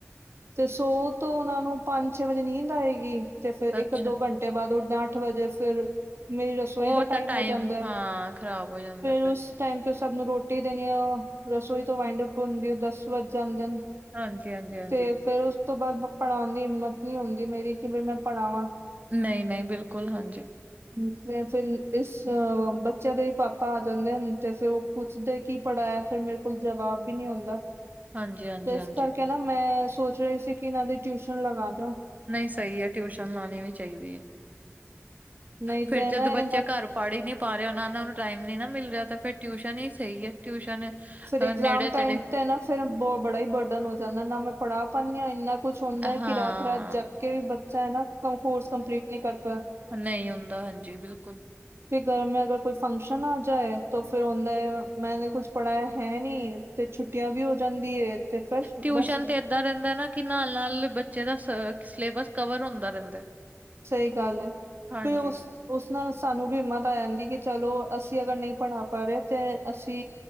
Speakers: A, on the right (about 60°); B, on the right (about 35°).
A: ਤੇ ਸੌ ਤੋ ਉਨ੍ਹਾਂ ਨੂੰ ਪੰਜ ਛੇ ਵੱਜੇ ਨੀਂਦ ਆਏਗੀ ਤੇ ਫੇਰ ਏਕ
B: ਅੱਛਾ
A: ਦੋ ਘੰਟੇ ਬਾਦ ਉਠ ਦਿਆਂ ਅੱਠ ਵਜੇ ਫੇਰ ਮੇਰੀ ਰਸੋਈ
B: ਉਹ
A: ਦਾ
B: ਤਾਂ
A: ਟਾਈਮ ਹੋ ਜਾਂਦਾ
B: ਹਾਂ ਖ਼ਰਾਬ ਹੋ ਜਾਂਦਾ
A: ਫੇਰ
B: ਫਿਰ
A: ਉਸ ਟਾਈਮ ਤੇ ਸਭ ਨੂੰ ਰੋਟੀ ਦੇਣੀ ਆ ਰਸੋਈ ਤੋ ਐਂਡਅਪ ਹੁੰਦਿਆਂ ਦਸ ਵੱਜ ਜਾਂਦੇ ਨੇ।
B: ਹਾਂਜੀ ਹਾਂਜੀ ਹਾਂਜੀ
A: ਤੇ ਫੇਰ ਉਸ ਤੋ ਬਾਅਦ ਬ ਪੜ੍ਹਾਣ ਦੀ ਹਿੰਮਤ ਨੀ ਹੁੰਦੀ ਮੇਰੀ ਕਿ ਬਈ ਮੈਂ ਪੜ੍ਹਾਵਾਂ।
B: ਨਈ-ਨਈ ਬਿਲਕੁਲ ਹਾਂਜੀ।
A: ਹੂੰ ਤੇ ਫਿਰ ਇਸ ਬੱਚਿਆਂ ਦੇ ਵੀ ਪਾਪਾ ਆ ਜਾਂਦੇ ਹਨ ਤੇ ਫੇਰ ਉਹ ਪੁੱਛਦੇ ਕੀ ਪੜ੍ਹਾਇਆ ਫੇਰ ਮੇਰੇ ਕੋਲ ਜਵਾਬ ਬੀ ਨੀ ਹੁੰਦਾ।
B: ਹਾਂਜੀ ਹਾਂਜੀ
A: ਤੇ ਇਸ
B: ਹਾਂਜੀ
A: ਕਰਕੇ ਨਾ ਮੈਂ ਸੋਚ ਰਈ ਸੀ ਕਿ ਇਨ੍ਹਾਂ ਦੀ ਟਿਊਸ਼ਨ ਲਗਾਦਾ।
B: ਨਈ ਸਈ ਐ ਟਿਊਸ਼ਨ ਲਾਣੀ ਵੀ ਚਾਈਦੀ ਐ,
A: ਨਹੀਂ
B: ਫੇਰ
A: ਤੇ ਨਾ
B: ਜਦ ਬੱਚਾ
A: ਇਹਨਾਂ
B: ਘਰ ਪੜ੍ਹ ਈ ਨੀ ਪਾ ਰਿਆ, ਉਨਾ ਨੂੰ ਟਾਈਮ ਨੀ ਨਾ ਮਿਲ ਰਿਆ ਤੇ ਫੇਰ ਟਿਊਸ਼ਨ ਈ ਸਈ ਐ ਟਿਊਸ਼ਨ ਅ
A: ਫੇਰ ਇਗਜ਼ਾਮ
B: ਨੇੜੇ
A: ਟਾਈਮ
B: ਤੇੜੇ
A: ਤੇ ਨਾ ਫੇਰ ਬ ਬੜਾ ਈ ਬਡਨ ਹੋ ਜਾਂਦਾ ਨਾ ਮੈਂ ਪੜ੍ਹਾ ਪਾਨੀ ਆ ਏਨਾ। ਕੁਛ ਹੁੰਦਾ
B: ਹਾਂ
A: ਕਿ ਰਾਤ-ਰਾਤ ਜਾਗ ਕੇ ਵੀ ਬੱਚਾ ਨਾ ਕੋ ਕੋਰਸ ਕੰਪਲੀਟ ਨੀ ਕਰਦਾ।
B: ਨਈ ਹੁੰਦਾ ਹਾਂਜੀ ਬਿਲਕੁਲ।
A: ਫਿਰ ਘਰ ਮੈਂ ਅਗਰ ਕੋਈ ਫੰਕਸ਼ਨ ਆ ਜਾਏ ਤੋ ਫੇਰ ਹੁੰਦਾ ਏ ਮੇਨੇ ਕੁਛ ਪੜਾ ਹੈ ਨੀ ਤੇ ਛੁੱਟੀਆਂ ਵੀ ਹੋ ਜਾਂਦੀ ਏ। ਤੇ ਫਿਰ
B: ਟਿਊਸ਼ਨ
A: ਬਸ
B: ਤੇ ਏਦਾਂ ਰਹਿੰਦਾ ਨਾ ਕਿ ਨਾਲ-ਨਾਲ ਬੱਚੇ ਦਾ ਸ ਸਲੇਬਸ ਕਵਰ ਹੁੰਦਾ ਰਹਿੰਦਾ।
A: ਸਈ ਗੱਲ ਐ,
B: ਹਾਂਜੀ
A: ਫਿਰ ਉਸ ਉਸ ਨਾਲ ਸਾਨੂੰ ਵੀ ਹਿੰਮਤ ਆ ਯੰਦੀ ਕਿ ਚਲੋ ਅਸੀ ਅਗਰ ਨਈ ਪੜ੍ਹਾ ਪਾ ਰੇ ਤੇ ਅਸੀ